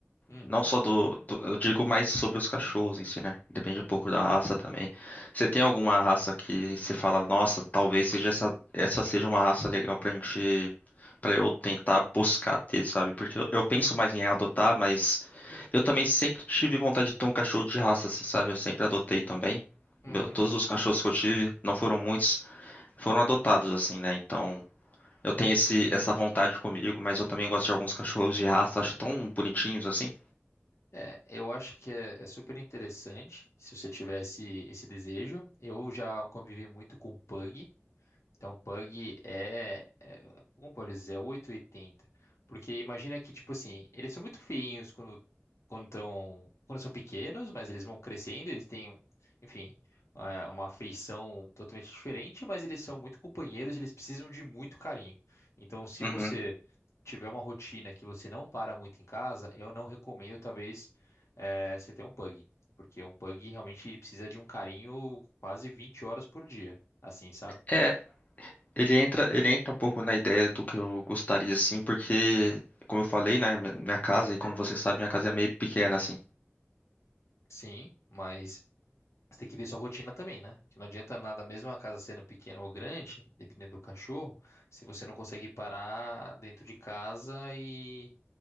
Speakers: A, on the left; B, on the left.
A: Uhum,
B: Não só do, do- Eu digo mais sobre os cachorros em si, né? Depende um pouco da raça também. Você tem alguma raça que você fala, nossa, talvez seja essa, essa seja uma raça legal pra gente. Pra eu tentar buscar ter, sabe? Porque eu, eu penso mais em adotar, mas eu também sempre tive vontade de ter um cachorro de raça, assim, sabe? Eu sempre adotei também.
A: uhum.
B: Meu- todos os cachorros que eu tive, não foram muitos, foram adotados, assim, né? Então. Eu tenho esse, essa vontade comigo, mas eu também gosto de alguns cachorros de raça, acho tão bonitinhos assim.
A: É, eu acho que é, é super interessante se você tivesse esse esse desejo. Eu já convivi muito com Pug, então, Pug é, é, como pode dizer, é oitocentos e oitenta, Porque imagina que, tipo assim, eles são muito feinhos quando quando, tão, quando são pequenos, mas eles vão crescendo, eles têm, enfim, é, uma feição totalmente diferente, mas eles são muito companheiros, eles precisam de muito carinho. Então, se
B: Uhum.
A: você tiver uma rotina que você não para muito em casa, eu não recomendo, talvez, é, você ter um Pug. Porque um Pug realmente ele precisa de um carinho quase 20 horas por dia, assim, sabe?
B: É, ele entra, ele entra um pouco na ideia do que eu gostaria assim, porque, como eu falei, né, minha minha casa, e como você sabe, minha casa é meio pequena assim.
A: Sim, mas você tem que ver sua rotina também, né? Que não adianta nada, mesmo a casa sendo pequena ou grande, dependendo do cachorro, se você não consegue parar dentro de casa e,